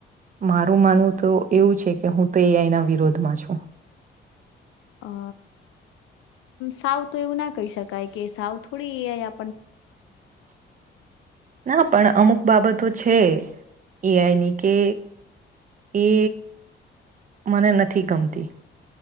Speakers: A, on the right; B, on the left.
A: મારું માનવું તો એવું છે કે હું તો એ આઈના વિરોધમાં છું.
B: અ સાવ તો એવું ના કહી શકાય કે સાવ થોડી એ‌ આઈ
A: ના પણ અમુક બાબતો છે એઆઈ ની કે એ મને નથી ગમતી.